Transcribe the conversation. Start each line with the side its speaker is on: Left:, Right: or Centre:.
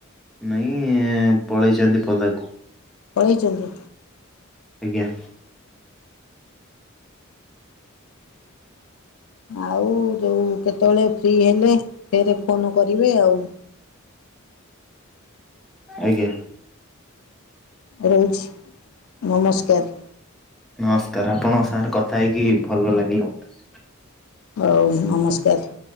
Centre: ନାଇଁ ପଳେଇଛନ୍ତି ପଦାକୁ।
Left: ପଳେଇଛନ୍ତି।
Centre: ଆଜ୍ଞା।
Left: ଆଉ ଯୋଉ କେତେବେଳେ ଫ୍ରି ହେଲେ ଫରେ ଫୋନ୍ କରିବେ ଆଉ।
Centre: ଆଜ୍ଞା,
Left: ରଉଛି ନମସ୍କାର!
Centre: ନମସ୍କାର! ଆପଣ ସାଙ୍ଗରେ କଥା ହେଇକି ଭଲ ଲାଗିଲା ମତେ।
Left: ହଉ, ନମସ୍କାର।